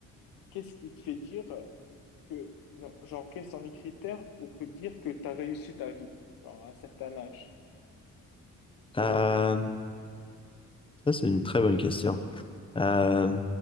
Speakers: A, on the left (about 85°); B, on the left (about 15°).
A: Qu'est-ce qui te fait dire que, non, genre, quels sont les critères pour dire que tu as réussi ta vie, genre, à un certain âge, selon
B: Euh,
A: toi?
B: ça, c'est une très bonne question. Euh,